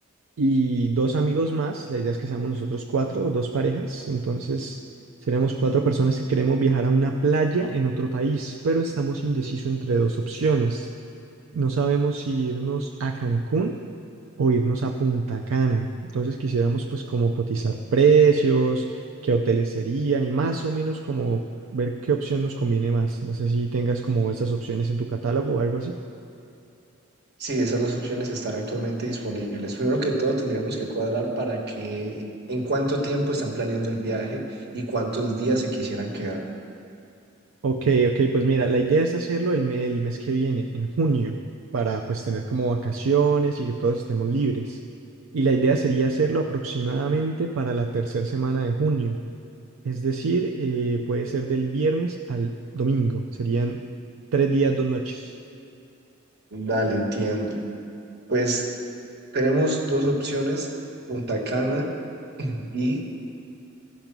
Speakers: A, on the right; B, on the right.
A: y dos amigos más. La idea es que seamos nosotros cuatro, o dos parejas. Entonces, seremos cuatro personas que queremos viajar a una playa en otro país, pero estamos indecisos entre dos opciones. No sabemos si irnos a Cancún o irnos a Punta Cana. Entonces, quisiéramos pues como cotizar precios, qué hoteles serían y más o menos como ver qué opción nos conviene más. No sé si tengas como esas opciones en tu catálogo o algo así.
B: Sí, esas dos opciones están actualmente disponibles. Primero que todo, tendríamos que cuadrar para que en cuánto tiempo están planeando el viaje y cuántos días se quisieran quedar.
A: Ok, ok, pues mira, la idea es hacerlo el, me- el mes que viene, en junio, para pues tener como vacaciones y que todos estemos libres. Y la idea sería hacerlo aproximadamente para la tercera semana de junio, es decir, eh, puede ser del viernes al domingo, serían tres días, dos noches.
B: Dale, entiendo. Pues tenemos dos opciones, Punta Cana y